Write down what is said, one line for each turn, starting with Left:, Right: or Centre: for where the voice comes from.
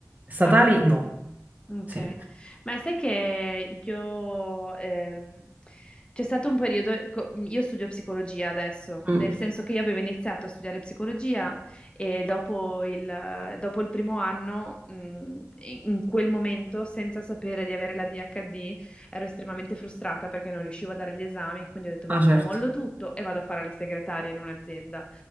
Right: statali
Left: Ah, ok,
Right: no.
Left: ok.
Right: Sì.
Left: Ma sai che io ehm, c'è stato un periodo, co- io studio psicologia adesso,
Right: Mm.
Left: nel senso che io avevo iniziato a studiare psicologia e dopo il, dopo il primo anno, mh, in in quel momento, senza sapere di avere la DHD, ero estremamente frustrata perché non riuscivo a dare gli esami, quindi ho detto basta,
Right: Ah, certo.
Left: mollo tutto e vado a fare la segretaria in un'azienda.